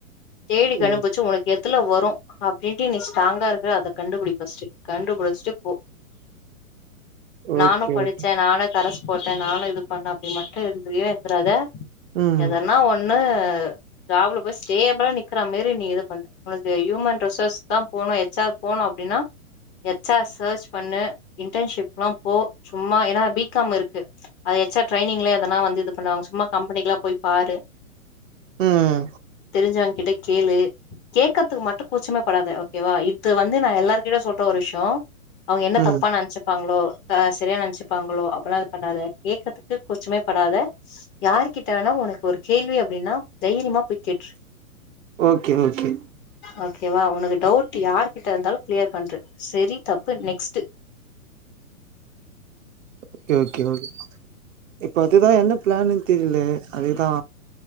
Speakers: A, on the left; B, on the right.
A: தேடி கண்டுபிச்சு
B: ஓ
A: ஒனக்கு எதுல வரு அப்டின்ட்டு நீ ஸ்ட்ராங்கா இருக்க அத கண்டுபுடி பஸ்ட்டு கண்டுபுடிஸ்ட்டு போ நானு
B: ஓகே
A: படிச்ச
B: ஓகே
A: நானு கரஸ் போட்ட நானு இது பண்ண அப்டி மட்டு இருந்ரியே இருந்துராதா
B: ம்
A: எதனா ஒன்னு ஜாப் ல போய் ஸ்டேப்ளா நிக்கிற மாரி நீ இது பண்ணு உனக்கு யூமன் ரிசோர்ஸ்க் தா போனு எச் ஆர் போனு அப்டின்னா எச் ஆர் சர்ச் பண்ணு இன்டன்ஷிப்லா போ சும்மா ஏனா பி காம் இருக்கு அது எச் ஆர் ட்ரைனிங்லே அதனா வந்து இது பண்ணுவாங்க சும்மா கம்பெனிக்குலா போய் பாரு
B: ம்
A: தெரிஞ்சவ்ங் கிட்ட கேளு கேகற்துக்கு மட்டு கூச்சமே படாத ஓ கேவா இது வந்து நான் எல்லார் கிட்டயு சொல்ற ஒரு விஷ்யோ அவுங்க என்ன
B: ம்
A: தப்பா நென்ச்சு பாங்ளோ தா சரியா நென்ச்சுப்பாங்ளோ அப்புலா இது பண்ணாத கேகற்துக்கு கூச்சமே படாத யாரு கிட்டனா ஒனக்கொரு கேள்வி அப்டின்னா தைரியமா போய் கேட்ரு
B: ஓகே ஓகே
A: ஓகேவா ஒனக்கு டவுட்டு யார் கிட்ட இருந்தாலு கிளியர் பண்ரு செரி தப்பு நெக்ஸ்ட்டு
B: ஓகே ஓகே ஓகே இப்ப அதுதா என்ன பிளான்னு தெரிலயே அதுதா